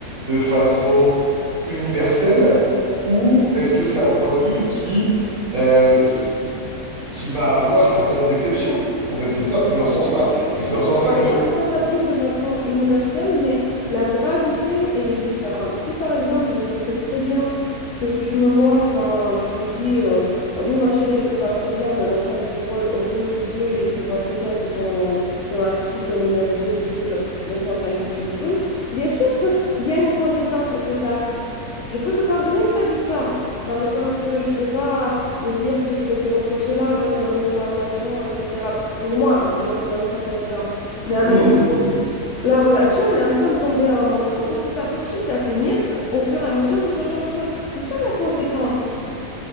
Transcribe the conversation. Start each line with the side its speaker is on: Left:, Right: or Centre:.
Right: de façon universelle ou est-ce que c'est un point de vue qui, euh, s- qui va avoir certaines exceptions. En fait, c'est ça, c'est dans ce sens-là.
Left: Si,
Right: Et c'est
Left: des
Right: dans ce sens-là
Left: trucs,
Right: que
Left: ça,
Right: le...
Left: ça- ça s'applique de façon universelle, mais la gravité, elle est différente. Si par exemple, je sais très bien que tu me mens quand tu me dis euh, Ah oui, ma chérie, elle te va trop bien, mais en même temps, tu roules, roules des yeux et je vois très bien que ton, ton attitude, ton énergie est du style Pff, laisse-moi tranquille, tu me saoules. Bien sûr qu'il y a une conséquence à ces actes. Je peux te pardonner que tu as dit ça, dans le sens que je vais pas me dire que je vais te reprocher là, le reste de la relation, etc. Pour moi, je veux dire, donner ça comme exemple. Mais en
Right: Mhm,
Left: même temps,
Right: mhm.
Left: la relation, elle est en train de tomber en morceaux petit à petit. Ça s'émiette au fur et à mesure de ce genre de choses. C'est ça la conséquence.